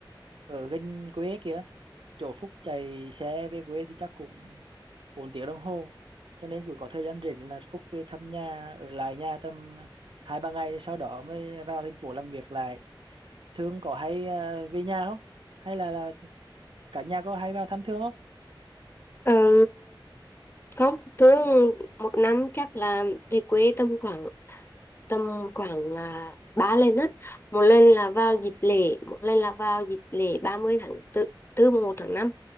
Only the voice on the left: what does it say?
Ờm, không, thường một năm chắc là về quê tầm khoảng tầm khoảng à, ba lần á một lần là vào dịp lễ một lần là vào dịp lễ 30 tháng 4 tư mùng một tháng năm